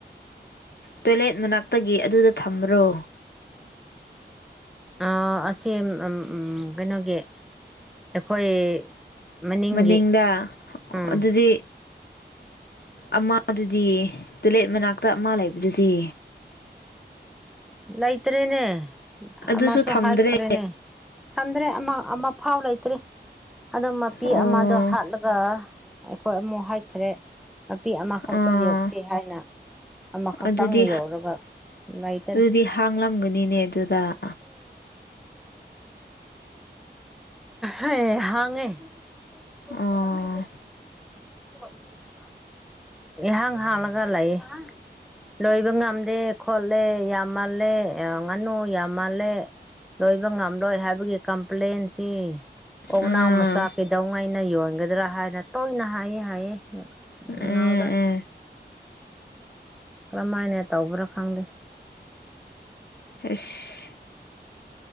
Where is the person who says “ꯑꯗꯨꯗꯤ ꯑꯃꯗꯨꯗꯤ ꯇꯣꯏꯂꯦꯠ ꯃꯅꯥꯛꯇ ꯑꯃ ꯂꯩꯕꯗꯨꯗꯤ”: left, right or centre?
Left